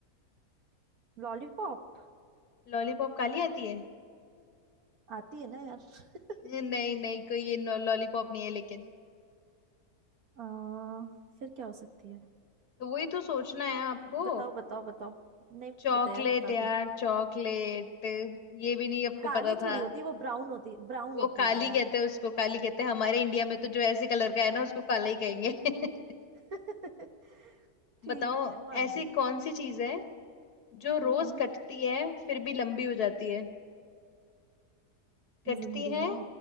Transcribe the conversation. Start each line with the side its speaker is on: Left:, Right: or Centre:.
Right: लॉलीपॉप
Left: लॉलीपॉप काली आती है
Right: आती है ना यार <laughs>
Left: <laughs> नहीं नहीं कोई ये लॉलीपॉप नहीं है लेकिन
Right: आ, फिर क्या हो सकती है
Left: तो वही तो सोचना है आपको
Right: बताओ बताओ बताओ नहीं
Left: चॉकलेट
Right: पता यार बता
Left: यार
Right: दो
Left: चॉकलेट ये भी नहीं आपको
Right: काली
Left: पता था
Right: थोड़ी होती है वो ब्राउन होती ब्राउन
Left: वो
Right: होती
Left: काली
Right: है यार
Left: कहते हैं उसको काली कहते हैं हमारे इंडिया में तो जो ऐसे कलर का है ना उसको काला ही कहेंगे <laughs>
Right: <laughs> ठीक
Left: बताओ
Right: है मान
Left: ऐसी
Right: गई
Left: कौन सी चीज है जो
Right: हम्म
Left: रोज कटती है फिर भी लंबी हो जाती है कटती
Right: जिंदगी
Left: है